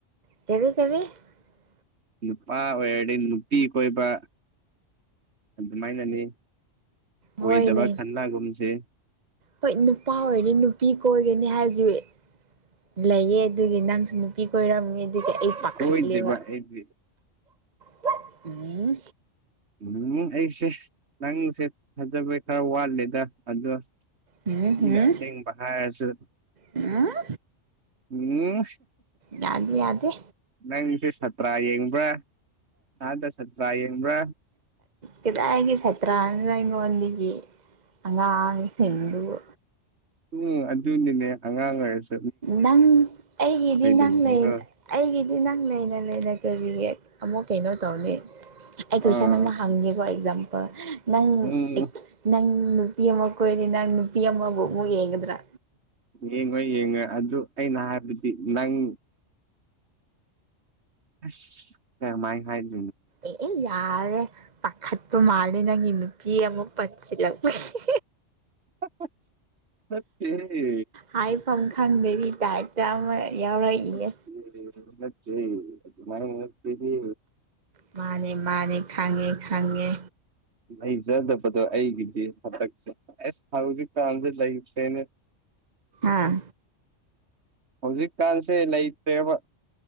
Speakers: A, on the right; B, on the right.
A: <unintelligible>
B: ꯅꯨꯄꯥ ꯑꯣꯏꯔꯗꯤ ꯅꯨꯄꯤ ꯀꯣꯏꯕ ꯑꯗꯨꯃꯥꯏꯅꯅꯤ ꯑꯣꯢꯗꯕ
A: ꯍꯣꯏꯅꯦ
B: ꯈꯟꯅꯒꯨꯨꯝꯁꯤ
A: ꯍꯣꯏ ꯅꯨꯄꯥ ꯑꯣꯏꯔꯗꯤ ꯅꯨꯄꯤ ꯀꯣꯢ <unintelligible> ꯂꯩꯌꯦ ꯑꯗꯨꯒꯤ ꯅꯪꯁꯨ ꯅꯨꯄꯤ ꯀꯣꯏꯔꯝ <unintelligible> ꯑꯗꯨꯒꯤ ꯑꯩ ꯄꯥꯈꯠ
B: ꯀꯣꯏꯗꯦꯕ
A: ꯂꯦꯕ
B: ꯑꯩꯗꯤ
A: <unintelligible> ꯎꯝ
B: ꯎꯝ ꯑꯩꯁꯦ ꯅꯪꯁꯦ ꯊꯥꯖꯕꯩ ꯈꯔ ꯋꯥꯠꯂꯦꯗ ꯑꯗꯣ
A: ꯎꯝ ꯎꯝ
B: ꯃꯤꯅ ꯑꯁꯦꯡꯕ ꯍꯔꯁꯨ
A: ꯎꯝ
B: ꯎꯝ
A: ꯂꯥꯟ ꯌꯥꯗꯦ
B: ꯅꯪꯁꯦ ꯁꯥꯇ꯭ꯔꯥ ꯌꯦꯡꯕ꯭ꯔꯥ ꯑꯥꯗ ꯁꯥꯇ꯭ꯔꯥ ꯌꯦꯡꯕ꯭ꯔꯥ
A: ꯀꯗꯥꯏꯗꯒꯤ ꯁꯥꯠꯇ꯭ꯔꯥꯅꯣꯗꯥ ꯑꯩꯉꯣꯟꯗꯒꯤ ꯑꯉꯥꯡꯁꯤꯡꯗꯨꯕꯨ
B: ꯎꯝ ꯑꯗꯨꯅꯤꯅꯦ ꯑꯉꯥꯡ ꯑꯣꯢꯔꯁ
A: ꯅꯪ ꯑꯩꯒꯤꯗꯤ
B: ꯂꯩꯕꯅꯤꯀꯣ
A: ꯅꯪ ꯂꯩ ꯑꯩꯒꯤꯗꯤ ꯅꯪ ꯂꯩꯅ ꯂꯩꯅ ꯀꯔꯤꯒꯤ ꯑꯃꯨꯛ ꯀꯩꯅꯣ ꯇꯧꯅꯤ ꯑꯦ ꯀꯣꯢꯁꯟ
B: ꯑꯥ
A: ꯑꯃ ꯍꯪꯉꯦ ꯀꯣ ꯑꯦꯛꯖꯥꯝꯄꯜ ꯅꯪ
B: ꯎꯝ
A: ꯅꯪ ꯅꯨꯄꯤ ꯑꯃ ꯀꯣꯢꯔꯦ ꯅꯪ ꯅꯨꯄꯤ ꯑꯃ ꯑꯃꯨꯛ ꯌꯦꯡꯒꯗ꯭ꯔꯥ
B: ꯌꯦꯡꯉꯣꯏ ꯌꯦꯡꯉꯣꯏ ꯑꯗꯨ ꯑꯩꯅ ꯍꯥꯏꯕꯗꯤ ꯅꯪ ꯑꯁ ꯀꯃꯥꯏ ꯍꯥꯏꯅꯤ
A: ꯑꯦ ꯌꯥꯔꯦ ꯄꯥꯈꯠ ꯄ ꯃꯥꯜꯂꯦ ꯅꯪꯒꯤ ꯅꯨꯄꯤ ꯄꯤ ꯑꯃꯨꯛ ꯄꯥꯠꯁꯤꯂꯥꯛꯄꯁꯤ
B: ꯍꯦ ꯍꯦ ꯅꯠꯇꯦ ꯍꯦ
A: ꯍꯥꯏꯐꯝ ꯈꯪꯗꯕꯩ ꯇꯥꯞꯇ ꯑꯃ ꯌꯥꯎꯔꯛ
B: ꯅꯠꯇꯦ
A: ꯏꯌꯦ
B: ꯅꯠꯇꯦ ꯑꯗꯨꯃꯥꯏꯅ ꯅꯠꯇꯦꯍꯦ
A: ꯃꯥꯅꯦ ꯃꯥꯅꯦ ꯈꯪꯉꯦ ꯈꯪꯉꯦ
B: ꯂꯩꯖꯗꯕꯗꯣ ꯑꯩꯒꯤꯗꯤ ꯍꯇꯛꯁꯦ ꯑꯁ ꯍꯧꯖꯤꯛꯀꯥꯟꯗꯤ ꯂꯩꯇꯦꯅꯦ <inaudible>
A: ꯑꯥ
B: ꯍꯧꯖꯤꯛꯀꯥꯟꯁꯦ ꯂꯩꯇ꯭ꯔꯦꯕ